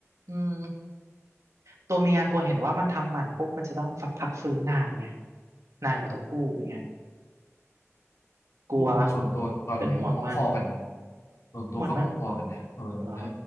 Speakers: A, on the right; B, on the left.
A: อืม ตัวเมียกลัวเห็นว่ามันทำหมันปุ๊บมันจะต้องฝักพักฟื้นนานไงนานกว่าตัวผู้อย่างเงี้ยกลัว
B: อืมส่วนตัวตอนนี้พอๆกันเลย
A: เป็นห่วงมัน
B: ส่วนตัวก็พอๆกันนะเออเออ
A: เหมือนมันเหรอ